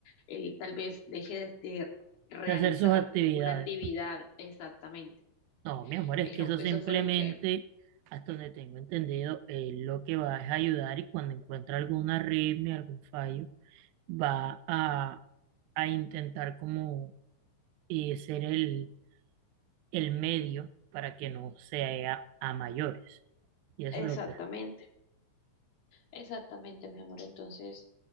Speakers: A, on the left; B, on the right.
A: él tal vez deje de, de realizar
B: De hacer sus actividades.
A: alguna actividad exactamente.
B: No, mi amor, es
A: Es
B: que
A: lo-
B: eso
A: eso
B: simplemente,
A: fue lo que...
B: hasta donde tengo entendido, él lo que va es ayudar y cuando encuentra alguna arritmia, algún fallo, va a, a intentar como y ser el, el medio para que no sea a, mayores. Y eso
A: Exactamente.
B: es lo que,
A: Exactamente, mi amor. Entonces,